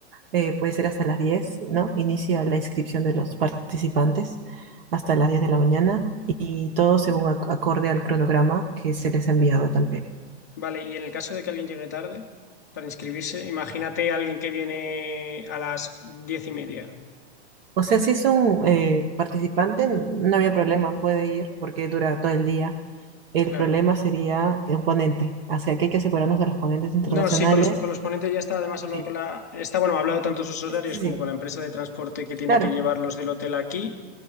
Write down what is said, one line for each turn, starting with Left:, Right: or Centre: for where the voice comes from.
Right: eh, puede ser hasta las diez ¿no? Inicia la inscripción de los participantes hasta las 10 de la mañana y todo según ac- acorde al cronograma que se les ha enviado también.
Left: Vale, y en el caso de que alguien llegue tarde para inscribirse, imagínate a alguien que viene a las diez y media.
Right: O sea, si es un eh, participante, no había problema, puede ir porque dura todo el día. El
Left: Claro.
Right: problema sería un ponente, o sea, que hay que asegurarnos de los ponentes internacionales.
Left: No, sí, con los, con los ponentes ya está, además hablado
Right: Sí,
Left: con la, está, bueno, ha hablado tanto sus horarios
Right: sí, sí,
Left: como
Right: sí,
Left: con la empresa de transporte que tiene
Right: claro,
Left: que llevarlos del hotel aquí.